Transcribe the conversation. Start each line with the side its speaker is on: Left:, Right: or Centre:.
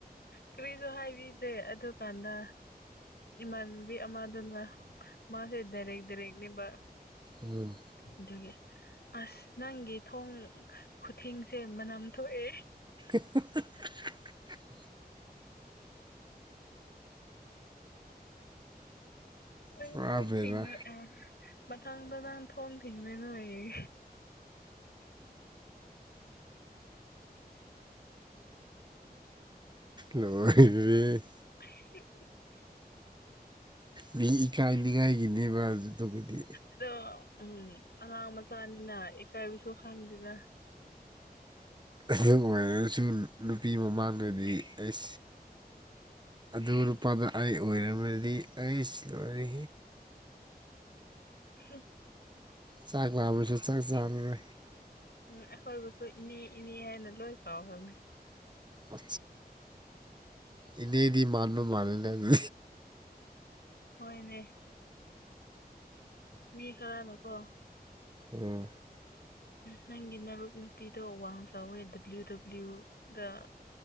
Left: ꯀꯔꯤꯁꯨ ꯍꯥꯏꯕꯤꯗ꯭ꯔꯦ ꯑꯗꯨꯀꯥꯟꯗ ꯏꯃꯥꯟꯅꯕꯤ ꯑꯃꯗꯨꯅ ꯃꯥꯁꯦ ꯗꯥꯏꯔꯦꯛ ꯗꯥꯔꯦꯛꯅꯦꯕ
Right: ꯎꯝ
Left: ꯑꯗꯨꯒꯤ ꯑꯁ ꯅꯪꯒꯤ ꯊꯣꯡ ꯈꯨꯊꯤꯡꯁꯦ ꯃꯅꯝ ꯊꯣꯛꯑꯦ
Right: <inaudible>
Left: ꯀꯗ
Right: ꯄꯨꯔꯥ
Left: ꯑꯣꯟ
Right: ꯕꯦꯔꯥ
Left: ꯊꯉ ꯑ ꯃꯊꯪꯗ ꯅꯪ ꯊꯣꯡ ꯊꯤꯡꯉꯣꯏ ꯅ ꯑꯩ
Right: ꯂꯣꯏꯌꯦ
Left: <inaudible>
Right: ꯃꯤ ꯏꯀꯥꯏꯅꯤꯡꯉꯥꯏꯒꯤꯅꯦꯕ ꯑꯗꯨꯗꯨꯒꯗꯤ
Left: ꯑꯗꯣ ꯎꯝ ꯑꯉꯥꯡ ꯃꯆꯥꯅꯤꯅ ꯏꯀꯥꯏꯕꯁꯨ ꯈꯪꯗꯦꯅ
Right: ꯑꯗꯨ ꯑꯣꯏꯔꯒꯁꯨ ꯅꯨꯄꯤ ꯃꯃꯥꯡꯗꯗꯤ ꯑꯩ ꯑꯗꯨ ꯂꯨꯄꯥꯗ ꯑꯩ ꯑꯣꯏꯝꯔꯕꯗꯤ ꯑꯩ ꯂꯣꯏꯔꯤ
Left: ꯎꯝ
Right: ꯆꯥꯛ ꯂꯥꯕꯁꯨ ꯆꯥꯛ ꯆꯥꯅꯔꯦ
Left: ꯎꯝ ꯑꯦꯈꯣꯏ ꯁꯁꯨ ꯏꯅꯦ ꯏꯅꯦ ꯍꯥꯏꯦꯅ ꯂꯣꯏ ꯀꯥꯎꯥꯎ ꯍꯃꯦ
Right: ꯑ ꯏꯅꯦꯗꯤ ꯃꯥꯟꯕꯕ ꯃꯥꯥꯟꯅꯦ ꯑꯗꯨ
Left: ꯍꯣꯏꯅꯦ ꯃꯤ ꯈꯔꯅꯀꯣ
Right: ꯎꯝ
Left: ꯅꯪꯒꯤ ꯅꯨꯞ ꯅꯨꯄꯤꯗꯣ ꯑꯋꯥꯡ ꯆꯥꯎꯋꯦ ꯗꯕ꯭ꯂꯤꯎ ꯗꯕ꯭ꯂꯤꯎ ꯗ